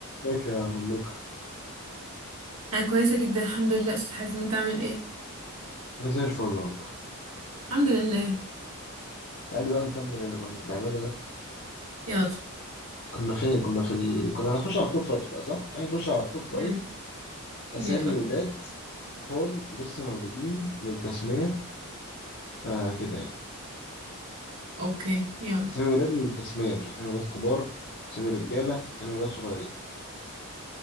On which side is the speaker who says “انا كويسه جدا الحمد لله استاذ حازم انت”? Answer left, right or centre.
Right